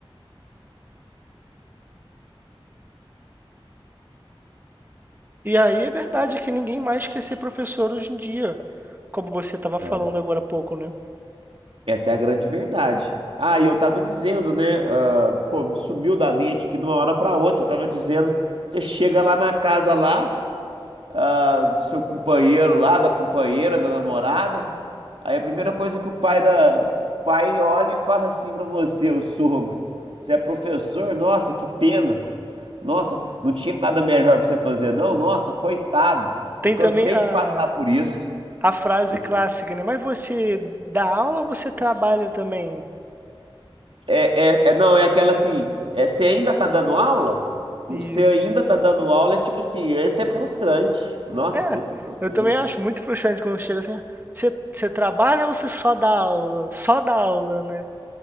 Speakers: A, on the right (about 20°); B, on the right (about 70°).
A: E aí é verdade que ninguém mais quer ser professor hoje em dia, como você estava
B: É.
A: falando agora há pouco, né?
B: Essa é a grande verdade. Ah, e eu tava dizendo, né? ah, pô, me sumiu da mente aqui de uma hora pra outra. Eu tava dizendo, você chega lá na casa lá, ah, do seu companheiro lá, da companheira, da namorada. Aí a primeira coisa que o pai da pai olha e fala assim pra você, o sogro, você é professor? Nossa, que pena. Nossa, não tinha nada melhor pra você fazer, não? Nossa, coitado.
A: Tem
B: Eu cansei
A: também a,
B: de passar por isso.
A: a frase
B: Eu
A: clássica,
B: tô-
A: né? Mas você dá aula ou você trabalha também?
B: É, é, é- não, é aquela assim, é, você ainda tá dando aula? Você
A: Isso.
B: ainda tá dando aula é tipo assim, esse é frustrante. Nossa,
A: É,
B: esse é frustrante.
A: eu também acho muito frustrante quando chega assim, "Ah, você, você trabalha ou você só dá aula? Só dá aula, né?